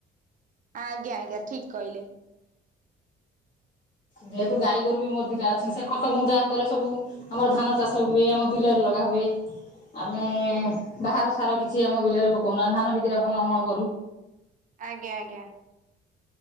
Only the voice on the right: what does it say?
ଆଜ୍ଞା ଆଜ୍ଞା ଠିକ୍ କହିଲେ।
ଆଜ୍ଞା ଆଜ୍ଞା।